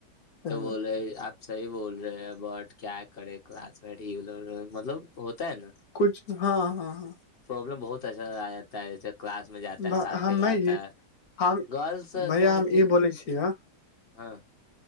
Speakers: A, on the left (about 60°); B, on the left (about 35°).
A: صحیح
B: تو
A: بات
B: بول رہے آپ صحی بول رہے ہیں بٹ کیا کھڑے کلاس بیٹھی ہہے مطلب ہوتا ہے نا
A: کچھ ہاں ہاں ہاں
B: پروابلم بہت اچھا آ جاتا ہے کلاس میں جاتا
A: بھا-
B: ہے ساتھ
A: ہم میں
B: آتا
A: یہ
B: ہے
A: ہم
B: گرلس آتا
A: بھیا
B: ہے
A: ہم
B: کہ
A: یہ بولے چھی ہاں
B: ہاں